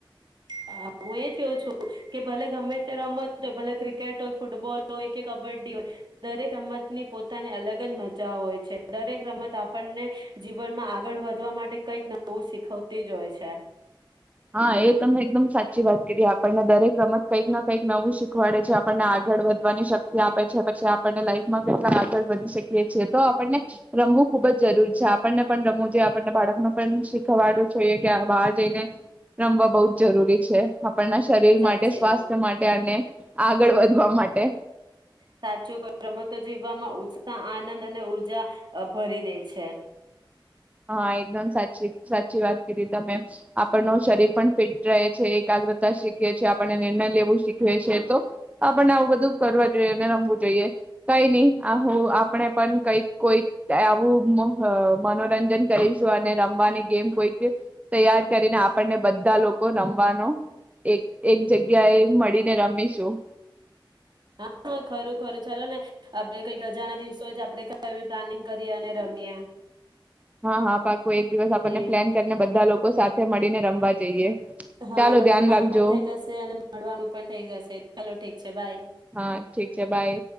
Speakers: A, on the right; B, on the right.
A: હા હું એ કેવ છું કે ભલે ગમે રમત ભલે ક્રિકેટ હોય ફૂટબોલ હોય કે કબડ્ડી હોય દરેક રમતની પોતાની અલગ જ મજા હોય છે દરેક રમત આપણને જીવનમાં આગળ વધવા માટે કઈક નવું શીખવતી જ હોય છે.
B: હા એ તમે એકદમ સાચી વાત કરી આપ આપણને દરેક રમત કંઈક ના કંઈક નવું શીખવાડે છે આપણને આગળ વધવાની શક્તિ આપે છે પછી આપણને જીવનમાં કેટલા આગળ વધી શકીએ છી તો આપણને રમવું ખુબ જ જરૂરી છે આપણને પણ રમવું જોઈએ આપણને બાળકને પણ શીખવાડવું જોઈએ કે બહાર જઈને રમવા બહુ જરૂરી છે આપણના શરીર
A: સાચી
B: માટે સ્વાસ્થ્ય
A: વાત
B: માટે અને આગળ વધ રમવા માટે
A: સાચું રમતો જીવવામાં ઉત્સાહ આનંદ અને ઉર્જા ભરી દે છે
B: હા એકદમ સાચી-સાચી વાત કિદી તમે આપણનો શરીર પણ ફિટ રહે છે એકતાગ્રતા શીખીએ છીએ આપણણે નિર્ણય લેવું શીખવેએ છે તો આપણને આવું બધું કરવા જોઈએ અને રમવું જોઈએ કઈ નઈ આપણે પણ કઈક કોઈ આવું મનોરંજન કરીશું અને રમવાની ગેમ કોઈક તૈયાર કરીને આપ આપણને બધા લોકો રમવાનો એક એક જગ્યા એ મળીને રમીશું
A: હા હા ખરું ખરું ચાલો ને આપડે કઈક અજાણે દિવસો જ આપણેે એ પ્લાનિંગ કરીએ અને રમીએ
B: હા હા પાકુ એક દિવસ આપણને
A: એ
B: પ્લેન કરીને બધા લોકો સાથે મળીને રમ વા જઈએ.
A: હા
B: ચાલો
A: એ રમવાનું
B: ધ્યાન રાખજો
A: પણ થઇ જશે અને મળવાનું પણ થઇ જશે ચાલો ઠીક છે બાય.
B: હા ઠીક છે બાય